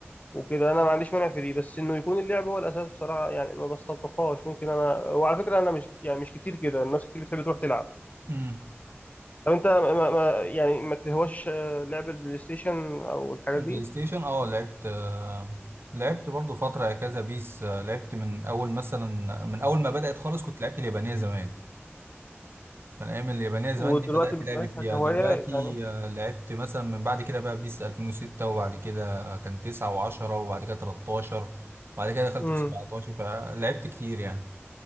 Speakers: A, on the left; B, on the right.
A: وكده انا ما عنديش مانع في دي بس انه يكون اللعب هو الاساس بصراحه يعني ما بستلطفهاش ممكن انا وعلى فكره انا مش يعني مش كتير كده الناس كتير بتحب تروح تلعب
B: مم.
A: طب انت ما ما يعني ما تهواش لعب البلاي ستيشن او الحاجات
B: البلاي
A: دي
B: ستيشن اه لعبت آه، لعبت برضو فترة كذا بيس آه، لعبت من أول مثلا من أول ما بدأت خالص كنت لعبت اليابانية زمان كان أيام اليابانية زمان
A: ودلوقتي
B: دي بدأت
A: بتمارسها
B: لعبي فيها
A: كهوايه
B: دلوقتي
A: يعني
B: آه، لعبت مثلا من بعد كده بقى بيس 2006 وبعد كده كان 9 و10 وبعد كده 13 وبعد كده دخلت
A: مم.
B: في 17 فلعبت كتير يعني